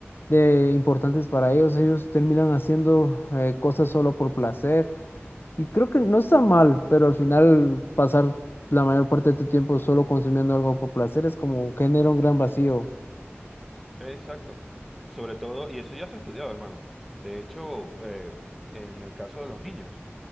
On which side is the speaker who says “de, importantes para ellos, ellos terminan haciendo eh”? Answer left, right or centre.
Left